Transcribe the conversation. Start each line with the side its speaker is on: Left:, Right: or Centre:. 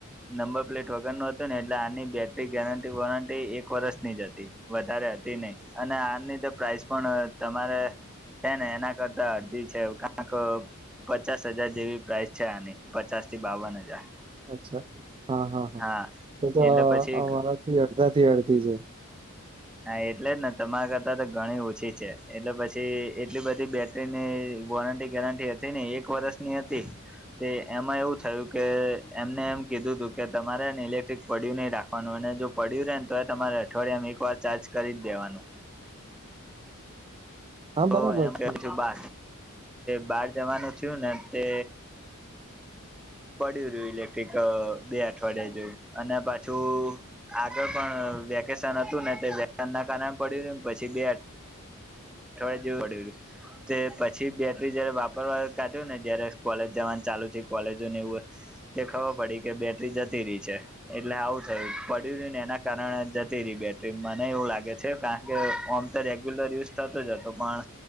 Centre: નંબર પ્લેટ વગરનું હતું ને એટલે આની બેટરી ગેરંટી વોરંટી એક વરસની જ હતી. વધારે હતી નઇ અને આની તો પ્રાઇસ પણ તમારે. છે ને એના કરતા અળધી છે, કાક પચાસ હજાર જેવી. પ્રાઇસ છે. આની પચાસ થી બાવન હજાર
Right: અચ્છા હં હં હ
Centre: હા
Right: તોતો
Centre: એટલે
Right: આ
Centre: પછી
Right: અમારાથી અડધા થી અડધી છે.
Centre: હા એટલે જ ને તમારા કરતા તો ગણી ઓછી છે, એટલે પછી એટલી બધી બે તેની વોરંટી ગેરંટી હતી નઇ એક વરસની હતી. તે એમાં એવું થયું કે એમને એમ કીધું તું કે તમારેને ઇલેક્ટ્રિક પડ્યુ નય રા પન અને જો પડ્યું રે ને તોયે તમારે અઠવાળિયામાં એક વાર ચાચૅ કરી જ દેવાનું.
Right: હા
Centre: તો
Right: બરાબર
Centre: એમ <unintelligible>
Right: છે
Centre: બાર જવાનું થ્યુ ને તે પડ્યું રયુ ઇલેક્ટ્રિક બે અઠવાડિયા જેવુ અને પાછુ, આગળ પણ વેકેશન હતું ને તે <unintelligible> ના કારણે પડીરયું ને પછી બે, અઠવાડિયા જેવું પડ્યું રયુ. તે પછી બેટરી જયારે વાપરવા કાઢ્યું ને જયારે સ્કોલેજ જવાનું ચાલુ થી કોલેજો ને એવું, તે ખબર પડી કે બેટરી જતી રી છે. એટલે આવું થયુ પડ્યું રયુ ને એના કારણે જતી રહી બેટરી મને એવું લાગે છે કાહ કે ઓમ. તો રેગ્યુલર યુસ થાતો જાતો પણ,